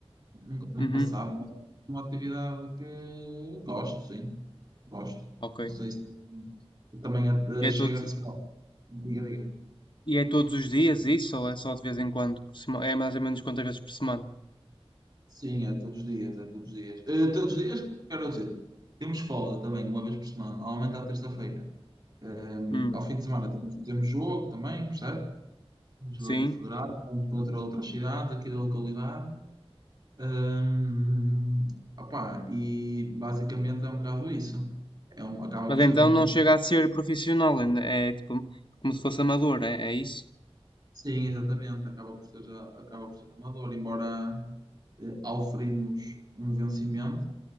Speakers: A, on the right; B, on the left.
A: Nunca, nunca
B: Uhum,
A: se sabe, mas é uma atividade que gosto, sim. Gosto.
B: ok.
A: Não sei se eu também eh,
B: É
A: chego
B: tudo.
A: a receber. Diga, diga.
B: E é todos os dias isso ou é só de vez em quando? por sema- É mais ou menos quantas vezes por semana?
A: Sim, é todos os dias, é todos os dias. Eh, todos os dias, quero dizer, temos folga também, uma vez por semana, normalmente à terça-feira. Eh,
B: Hum,
A: ao fim de semana temos, temos jogo também, percebe? Jogo
B: sim.
A: federado, vamos contra outras cidades aqui da localidade. Hum, opá, e basicamente é um bocado isso. É um, acaba
B: Mas
A: por
B: então
A: ser uma
B: não
A: competição.
B: chega a ser profissional, ainda é tipo como se fosse amador, é, é isso?
A: Sim, exatamente. Acaba por ser, a- acaba por ser amador, embora eh, oferimos um vencimento.